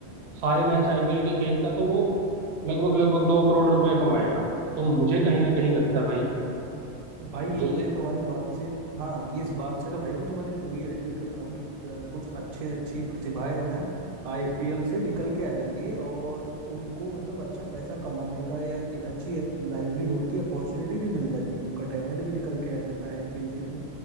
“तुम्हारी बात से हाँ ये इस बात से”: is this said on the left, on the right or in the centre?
Right